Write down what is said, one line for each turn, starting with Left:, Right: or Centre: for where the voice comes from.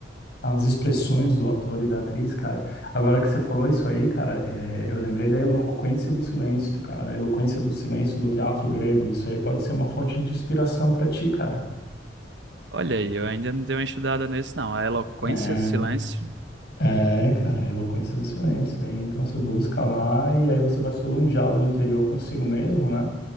Left: as expressões do ator e da atriz, cara. Agora que você falou isso aí, cara, é, eu lembrei da eloquência do silêncio, cara. A eloquência do silêncio do teatro grego. Isso aí pode ser uma fonte de inspiração pra ti, cara.
Right: Olha aí, eu ainda não dei uma estudada nesse, não. A Eloquência
Left: É.
Right: do Silêncio,
Left: É, cara, a eloquência do silêncio. Aí, então você busca lá e aí você faz todo um diálogo interior consigo mesmo, né?